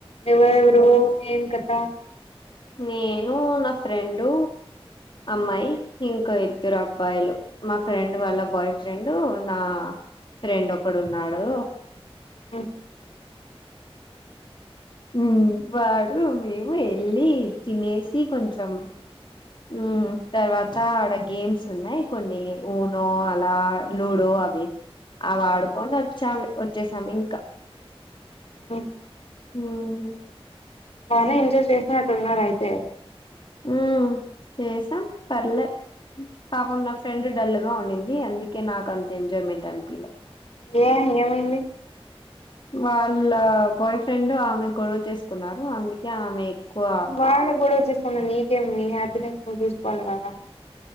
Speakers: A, on the left (about 80°); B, on the left (about 50°).
A: ఎవర ఎవరు ఏం కథ
B: నేను నా ఫ్రెండు అమ్మాయి ఇంకో ఇద్దరు అబ్బాయిలు మా ఫ్రెండ్ వాల్ల బాయ్ ఫ్రెండ్ నా ఫ్రెండ్ ఒకడు ఉన్నాడు
A: ఉమ్
B: ఉమ్ వాడు మేము ఎల్లి తినేసి కొంచం ఉమ్ తర్వాత ఆడ గేమ్స్ ఉన్నాయ్ కొన్ని ఊనో అలా లూడో అవి అవాడుకొని వచ్చాంమ్ వచ్చేసామ్ ఇంకా
A: ఉమ్
B: ఉమ్
A: బానే ఎంజాయ్ చేసినట్టు ఉన్నారు ఐతే
B: ఉమ్ చేసాం పర్లే పాపం నా ఫ్రెండ్ డల్ గా ఉండింది అందుకే నాకు అంత ఎంజాయ్మెంట్ అనిపియలా
A: ఏమ్ ఏమైంది
B: వాళ్ళ బాయ్ ఫ్రెండ్ ఆమె గొడవ చేసుకున్నారు అందుకే ఆమె ఎక్కువ
A: వాల్లు గొడవ చేస్కుంటే నీకేంది నీ హ్యాపీనెస్ నువు చూసుకోవాలి కదా